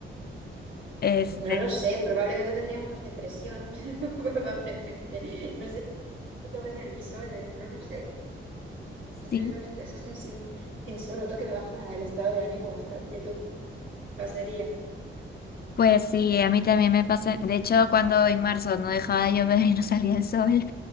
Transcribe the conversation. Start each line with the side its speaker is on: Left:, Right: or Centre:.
Left: Este,
Right: No lo sé, probablemente tendríamos depresión, <laughs> probablemente. No sé, necesito ver el sol, eh, no lo sé. Estoy
Left: sí,
Right: unos días así sin, sin sol, noto que me baja el estado de ánimo bastante. ¿Tú qué pasaría?
Left: pues sí, a mí también me pasa, de hecho, cuando en marzo no dejaba de llover <laughs> y no salía el sol.